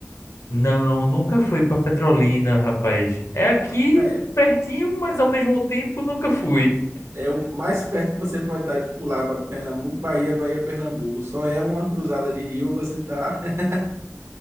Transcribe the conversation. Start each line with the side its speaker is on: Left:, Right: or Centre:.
Left: Não, nunca fui pra Petrolina, rapaz. É aqui
Right: É.
Left: pertinho, mas ao mesmo tempo nunca fui.
Right: É o mais perto que você pode estar de pular para Pernambuco, Bahia, Bahia, Pernambuco. Só é uma cruzada de rio, você tá <laughs>